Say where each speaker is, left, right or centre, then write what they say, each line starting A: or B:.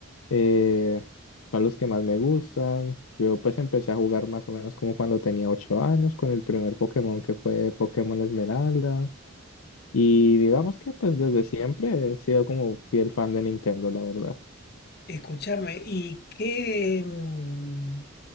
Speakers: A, on the left; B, on the left.
A: eh, son los que más me gustan. Yo pues empecé a jugar más o menos como cuando tenía ocho años con el primer Pokémon que fue Pokémon Esmeralda. Y digamos que pues desde siempre he sido como fiel fan de Nintendo, la verdad.
B: escúchame, ¿y qué, mm,